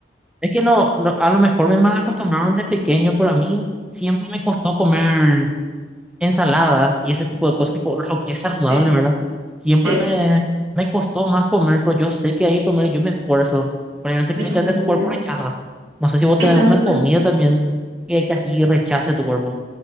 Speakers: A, in the centre; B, on the right.
A: es que no, no, a lo mejor me mal acostumbraron de pequeño, pero a mí siempre me costó comer ensaladas y ese tipo de cosas, tipo lo que es saludable,
B: Sí,
A: ¿verdad? Siempre
B: sí,
A: me, me costó más comer, pero yo sé que hay que comer y yo me esfuerzo. Pero hay veces
B: está
A: que literalmente
B: bien.
A: tu cuerpo rechaza. No sé si vos
B: Está
A: tenés alguna
B: súper.
A: comida también que, que así rechace tu cuerpo.